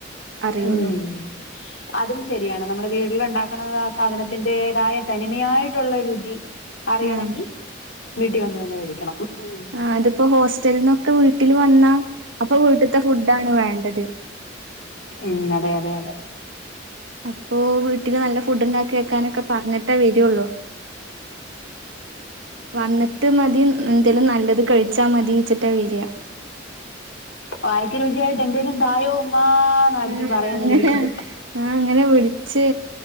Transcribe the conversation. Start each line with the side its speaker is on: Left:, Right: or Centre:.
Right: അറിയുള്ളൂ
Left: ഉം
Right: <inaudible>
Left: അതും ശരിയാണ് നമ്മുടെ വീട്ടില ഉണ്ടാക്കണ ആ സാധനത്തിന്റേതായ തനിമയായിട്ടുള്ള രുചി അറിയണെങ്കി
Right: ആഹ്
Left: വീട്ടിൽ വന്നു തന്നെ കഴിക്കണം ഉം
Right: ആഹ് അതിപ്പോ ഹോസ്റ്റൽന്നൊക്കെ വീട്ടിൽ വന്നാ അപ്പൊ വീട്ടത്തെ ഫുഡാണ് വേണ്ടത്
Left: ഉം അതെ അതെ അതെ
Right: അപ്പൊ വീട്ടില് നല്ല ഫുഡുണ്ടാക്കി വെക്കാനൊക്കെ പറഞ്ഞിട്ടേ വരുള്ളൂ വന്നിട്ട് മതി ന്തേലും നല്ലത് കഴിച്ചാ മതിച്ചിട്ടാ വരാ
Left: വായക്ക് രുചിയായിട്ട് എന്തേലും തായോ ഉമ്മാന്നായിരിക്കും
Right: ആഹ്
Left: പറയുന്നെ
Right: അങ്ങനെ
Left: വിളിച്ചിട്ട്
Right: ആഹ് അങ്ങനെ വിളിച്ച്